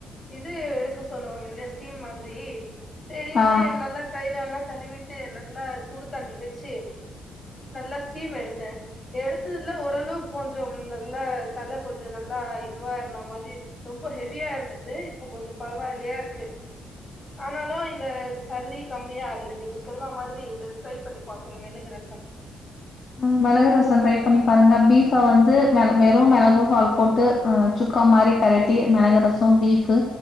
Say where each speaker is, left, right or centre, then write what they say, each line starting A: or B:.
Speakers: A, on the left; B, on the left.
A: இது எடுக்க சொல்லுவாங்க இல்லையா ஸ்டீம் மாதிரி சேரின்னு
B: ஆ
A: நல்லா தைலோலா தடவிட்டு நல்லா சுடுத்தண்ணி வெச்சு நல்லா ஸ்டீம் எடுத்தே எடுத்ததுல ஓரளவுக்கு கொஞ்சம் நல்லா தல கொஞ்ச நல்லா இதுவா இருந்த மாரி ரொம்ப ஹெவியா இருந்தது இப்ப கொஞ்ச பரவாயில்லையா இருக்கு ஆனாலு இந்த சளி கம்மியா ஆகல நீங்க சொ சொன்ன மாதிரி இந்த ட்ரை பண்ணி பாக்குறே மெளகு ரசம்
B: ம் மிளகு ரசம் ட்ரை பண்ணி பாருங்க பீஃபா வந்து மேல வெறு மிளகு ஃபால் போட்டு அ சுக்கா மாரி பெரட்டி மிளகு ரசம் பீஃபு